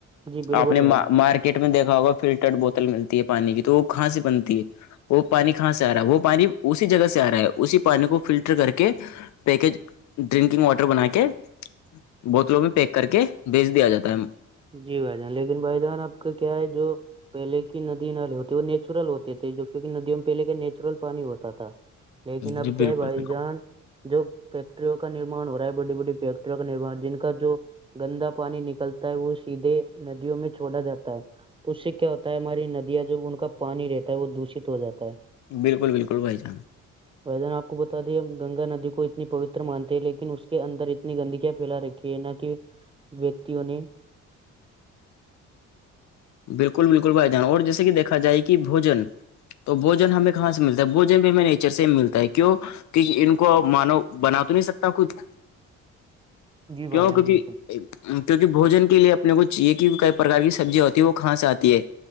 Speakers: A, on the right; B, on the left.
A: جی بالکل
B: آپ نے
A: بھائی جان
B: مارکیٹ میں دیکھا ہوگا فلٹرڈ بوتل ملتی ہے پانی کی تو وہ کہاں سے بنتی ہے وہ پانی کہاں سے آ رہا ہے وہ پانی اسی جگہ سے آ رہا ہے اسی پانی کو فلٹر کر کے پیکج ڈرنکنگ واٹر بنا کے بوتلوں میں پیک کر کے بھیج دیا جاتا ہے
A: جی بھائی جان لیکن بھائی جان آپ کا کیا ہے جو پہلے کی ندی نالے ہوتے وہ نیچرل ہوتے تھے جو کیونکہ ندیوں میں پہلے کے نیچرل پانی ہوتا تھا لیکن اب
B: جی
A: کیا
B: بالکل
A: ہے بھائی
B: بالکل
A: جان جو فیکٹریوں کا نرمان ہو رہا ہے بڑی بڑی فیکٹریوں کا نرمان جن کا جو گندا پانی نکلتا ہے وہ سیدھے ندیوں میں چھوڑا جاتا ہے اس سے کیا ہوتا ہے ہماری ندیاں جو ان کا پانی رہتا ہے وہ دوشت ہو جاتا ہے
B: بالکل بالکل بھائی جان
A: ویدن آپ کو بتا دیا ہم گنگا ندی کو اتنی پوتر مانتے ہیں لیکن اس کے اندر اتنی گندگیاں پھیلا رہی کہ نہ کہ ویکتیوں نے <unintelligible>
B: بالکل بالکل بھائی جان اور جیسے کہ دیکھا جائے کہ بوجن تو بوجن ہمیں کہاں سے ملتا ہے بوجن بھی ہمیں نیچر سے ملتا ہے کیوں کہ ان کو مانو بنا تو نہیں سکتا کچھ
A: جی
B: کیوں
A: بھائی جان
B: کیونکہ
A: بالکل
B: کیونکہ بوجن کے لیے اپنے کو چاہیے کہ کئی پرار کی سبزیا ہوتی ہے وہ کہاں سے آتی ہے